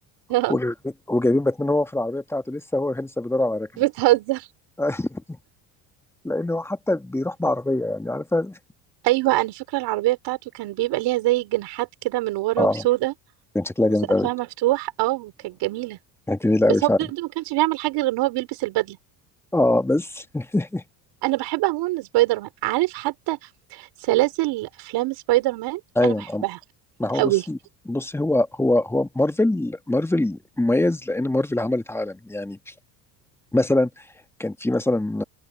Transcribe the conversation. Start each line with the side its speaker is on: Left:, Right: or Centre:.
Right: <laughs> آه.
Centre: وجايبين وجايبين باتمان هو في العربيه بتاعته لسه هو لسه بيدور على ركنه
Right: بتهزر
Centre: <laughs> لان هو حتى بيروح بعربيه يعني عارفه
Right: ايوه انا فاكره العربيه بتاعته كان بيبقى ليها زي جناحات كده من ورا
Centre: اه
Right: وسودا
Centre: كان شكلها
Right: وسقفها
Centre: جامد قوي
Right: مفتوح اه كانت جميله
Centre: كانت جميله
Right: بس
Centre: قوي فعلا
Right: هو بجد ما كانش بيعمل حاجه غير ان هو بيلبس البدله
Centre: اه بس <laughs>
Right: انا بحب عموما سبايدر مان عارف حتى سلاسل افلام سبايدر مان
Centre: ايوه
Right: انا بحبها
Centre: آه. ما هو
Right: قوي
Centre: بص بص هو هو هو مارفل مارفل مميز لان مارفل عملت عالم يعني مثلا كان في مثلا